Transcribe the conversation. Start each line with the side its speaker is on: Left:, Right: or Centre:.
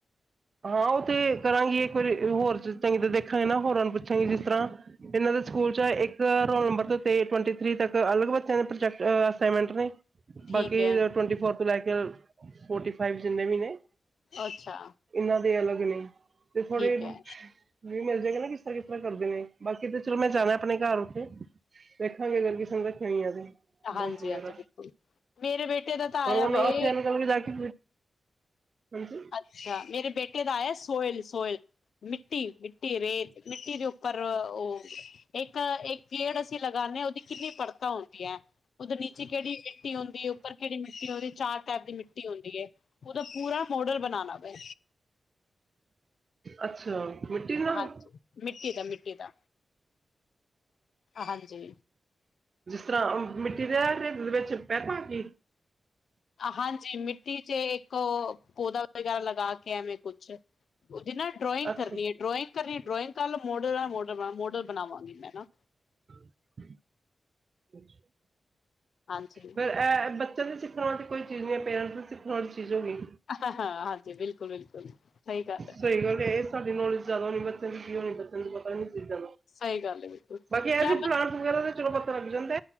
Right: ਹਾਂ ਉਹ ਤੇ ਕਰਾਂਗੀ ਇੱਕ ਵਾਰੀ ਹੋਰ ਚੰਗੀ ਤਰ ਦੇਖਾਂਗੇ ਨਾ ਹੋਰਾਂ ਨੂੰ ਪੁੱਛਾਂਗੀ ਜਿਸ ਤਰ੍ਹਾਂ ਇਹਨਾਂ ਦੇ ਸਕੂਲ ਚ ਇੱਕ ਰੋਲ ਨੰਬਰ ਤੇੱ ਟਵੰਟੀ। ਤ ਤੱਕ ਅਲੱ ਬੱਤਿਆਂ ਪ੍ਰਜੈਕਟ। ਅ ਅਸਾਈਮੈਂਟ ਨੇ
Left: ਠੀਕ
Right: ਬਾਕੀ
Left: ਹੈ,
Right: ਟਵੈਂਟੀ ਫੋਰ ਤੋਂ ਲੈ ਕੇ ਫੋਰਟੀ ਫਾਈਵ ਜਿੰਨੇ ਵੀ ਨੇ
Left: ਅੱਛਾ!
Right: ਇਹਨਾਂ ਦੇ ਅਲੱਗ ਨੇ ਤੇ ਥੋੜੇ
Left: ਠੀਕ
Right: ਵੀ
Left: ਹੈ,
Right: ਮਿਲ ਜਾਗਾ ਨਾ ਕਿਸ ਤਰ੍ਹਾਂ ਕਿਸ ਤਰ੍ਹਾਂ ਕਰਦੇ ਨੇ? ਬਾਕੀ ਤੇ ਚਲੋ ਮੈਂ ਜਾਣਾ ਆਪਣੇ ਘਰ ਉੱਥੇ। ਦੇਖਾਂਗੇ ਅਗਰ ਕਿਸੇ ਨੇ ਦੇਖਿਆ ਆੈ
Left: ਹਾਂਜੀ-ਹਾਂਜੀ
Right: ਵਗਰਾ
Left: ਬਿਲਕੁਲ। ਮੇਰੇ ਬੇਟੇ ਦਾ ਤਾਂ
Right: ਪਰ
Left: ਆਇਆ
Right: ਹੁਣ
Left: ਵੇ
Right: ਆਥੇ ਕੱਲ ਜਾ ਕੇ ਹਾਂਜੀ
Left: ਅੱਛਾ ਮੇਰੇ ਬੇਟੇ ਦਾ ਆਇਆ ਸੋਇਲ ਸੋਇਲ। ਮਿੱਟੀ, ਮਿੱਟੀ ਰੇਤ ਮਿੱਟੀ ਦੇ ਉੱਪਰ ਉਹ ਇੱਕ ਇੱਕ ਗੇੜ ਅਸੀਂ ਲਗਾਦੇ ਹਾਂ ਉਹਦੀ ਕਿੰਨੀ ਪੜਤਾਾਂ ਹੁੰਦੀਆਂ? ਦੇ ਨੀਚੇ ਕਿਹੜੀ ਮਿੱਟੀ ਹੁੰਦੀ ਉਪਰ ਕਿਹੜੀ ਮਿੱਟੀ ਹੁੰਦੀ ਚਾਰ ਟਾਈਪ ਦੀ ਮਿੱਟੀ ਹੁੰਦੀ ਉਹਦਾ ਪੂਰਾ ਨੂਡਲ ਬਣਾਉਣਾ ਮੈਂ।
Right: ਅੱਛਾ! ਮਿੱਟੀ ਨਾਲ
Left: ਹਾਂਜੀ ਮਿੱਟੀ ਦਾ ਮਿੱਟੀ ਦਾ। ਹਾਂਜੀ
Right: ਤ ਮਿੱਟੀ ਦੇ ਹੇਦ ਦੇ ਵਿੱਚ ਪੈ ਪਾ ਕੇ?
Left: ਹਾਂਜੀ ਮਿੱਟੀ ਚ ਇੱਕ ਪੌਦਾ ਵਗੈਰਾ ਲਗਾ ਕੇ ਐਵੇਂ ਕੁਝ। ਅੱਾ ਉਹ ਜਿ ਨਾ ਡਰੋਇੰਗ
Right: ਅੱਛਾ
Left: ਕਰਨੀ ਹੈ ਡਰੋਇੰਗ ਕਰ ਡ੍ਰਇਗ ਕਾਰੱਲ ਮੋਡਲ ਮੋਡ ਮੋਡਲ ਬਣਾਵਾਂਗੀ ਮੈਂ ਨਾ
Right: ਹਮ ਅੱਛਾ
Left: ਹਾਂਜੀ
Right: ਫੇਿਰ ਇਹ ਬ ਚੱਲਦੇ ਸਿੱਖਣ ਵਾਲੀ ਕੋਈ ਚੀਜ਼ ਨਹੀਂ ਹੈ ਪੇਰੈਂਟਸ ਨੂੰ ਸਿੱਖ ਵਾਲੀ ਚੀਜ਼ ਹੋ ਗਈ
Left: ਹਾਂ ਹਾਂ ਹਾਂਜੀ ਬਿਲਕੁਲ ਬਿਲਕੁਲ ਸਹੀ ਗੱਲ ਹੈ।
Right: ਸਹੀ ਗੱਲ ਹੈ ਇਹ ਸਾਡੀ ਨੌਲੇਜ ਜ਼ਿਆਦਾ ਹੋਣੀ ਬੱਚਿਆਂ ਦੀ ਕੀ ਹੋਣੀ ਬੱਚਿਆਂ ਨੂੰ ਪਤਾ ਨਹੀਂ ਚੀਜ਼ਾਂ। ਦਾ
Left: ਸਹੀ ਗੱਲ ਹੈ। ਬਿਲਕੁਲ
Right: ਬਾਕੀ ਇਹ
Left: ਜਾਂ
Right: ਜਿਹੇ
Left: ਬ
Right: ਪਲਾਂਟ ਵਗੈਰਾ ਚਲੋ ਪੱਤਾ ਲੱਗ ਜਾਂਦਾ